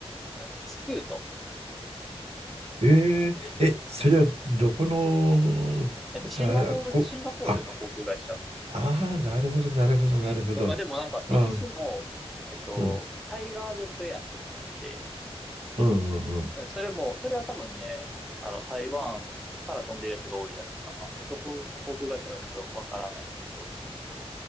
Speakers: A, in the centre; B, on the right.
A: なんだスクート。
B: えー、え、それはどこの、
A: えっと、シンガポール、
B: あ、こ、
A: シンガポールの航空会社。
B: あ、あー、なるほど、なるほど、
A: うん。
B: なるほど。
A: とか、でもなんか、歴史も、
B: うん、
A: えっと、
B: うん、
A: タイガージェットエアっていうのがあって、
B: うん、うん
A: それも、それは多分ね、あの、台湾から飛んでるやつが多いやつかな。そこ、航空会社がちょっとわからないんやけど。